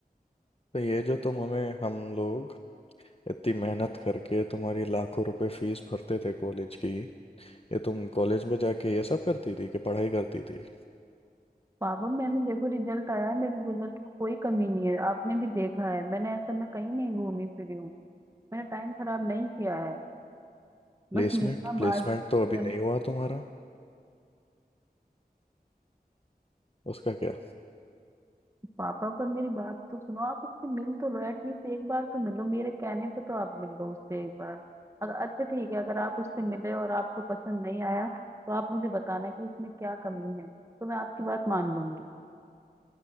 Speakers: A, on the left; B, on the right.
A: तो ये जो तुम हमें हम लोग इतनी मेहनत करके तुम्हारी लाखों रुपए फीस भरते थे कॉलेज की ये तुम कॉलेज में जाके ये सब करती थी कि पढ़ाई करती थी
B: पापा मैंने देखो रिजल्ट आया है मेरे रिजल्ट में कोई कमी नहीं है आपने भी देखा है मैंने ऐसा मैं कहीं नहीं घूमी फिरी हूँ मैंने टाइम खराब नहीं किया है
A: प्लेसमेंट
B: बस मिलना
A: प्लेसमेंट
B: बात
A: तो अभी
B: कर
A: नहीं हुआ तुम्हारा उसका क्या
B: पापा पर मेरी बात तो सुनो आप उससे मिल तो लो एटलीस्ट एक बार तो मिलो मेरे कहने पे तो आप मिल लो उससे एक बार अगर अच्छा ठीक है अगर आप उससे मिले और आपको पसंद नहीं आया तो आप मुझे बताना कि इसमें क्या कमी है तो मैं आपकी बात मान लूंगी